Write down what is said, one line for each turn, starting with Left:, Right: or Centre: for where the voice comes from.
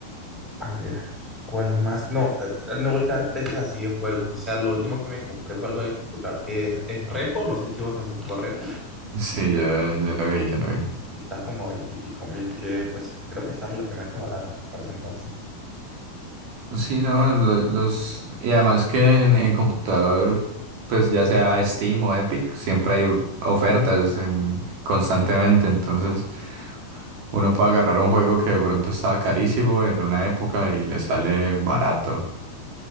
Centre: A ver, ¿cuál más? No, eh, no voltear precios así de juegos. O sea, lo último que me compré fue algo de computador que es Repo. No sé si vos alcanzaste por Repo.
Right: Sí, ya, ya la vi, ya la vi.
Centre: Está como a veintipico mil, que pues creo que está relativamente barato para ese entonces.
Right: Sí, no, lo- los... Y además que en, en computador, pues ya sea Steam o Epic, siempre hay ofertas en- constantemente, entonces uno puede agarrar un juego que de pronto estaba carísimo en una época y le sale barato.